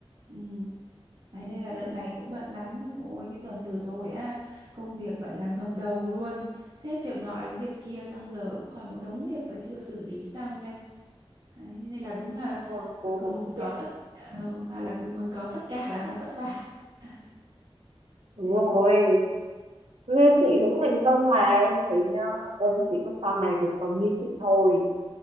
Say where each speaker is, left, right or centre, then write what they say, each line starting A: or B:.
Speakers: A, on the right; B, on the right.
A: ừ. Đấy, nên là đợt này cũng bận lắm Ôi cái tuần vừa rồi á Công việc gọi là ngập đầu luôn Hết việc nọ đến việc kia Xong giờ cũng còn một đống việc là chưa xử lý xong đây Đấy, Nên nên là đúng là
B: Thôi cố
A: Cứ
B: gắng
A: muốn
B: chuyện
A: có tất ờ, Và là cứ muốn có tất cả <laughs> là nó vất vả <laughs>
B: đúng
A: Đấy.
B: rồi như chị cũng thành công mà em thấy nhá em chỉ ước sau này cuộc sống như chị thôi